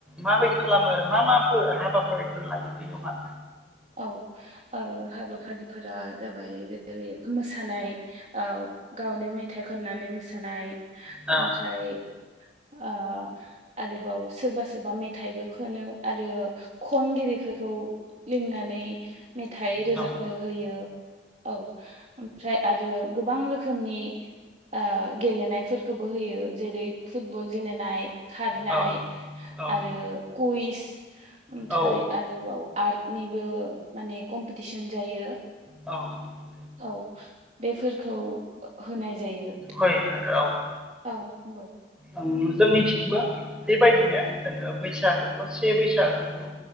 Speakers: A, in the centre; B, on the right.
A: माबायदि खालामो आरो मा माफोर हाबाफारिफोर लायो बेयावहाय
B: औ ओ हाबाफारिफोरा जाबाय जेरै मोसानाय औ गावनो मेथाइ खननानै मोसानाय
A: औ
B: ओमफ्राय आ आरोबाव सोरबा सोरबा मेथाइबो खोनो आरो खनगिरि बेफोरखौ लिंनानै मेथाइ रोजाबनो
A: औ
B: होयो औ ओमफ्राय आरो गोबां रोखोमनि आ गेलेनायफोरखौबो होयो जेरै फुटबल गेलेनाय खारनाय
A: औ औ
B: आरो कुइस ओमफ्राय
A: औ
B: आरोबाव आर्टनिबो माने कम्पिटिसन जायो
A: औ <unintelligible>
B: औ बेफोरखौ होनाय जायो
A: खय न आरो औ <inaudible>
B: औ नंगौ
A: ओं जोंनिथिंबो बेबायदिनो जोङो बैसागोखौ से बैसागोखौ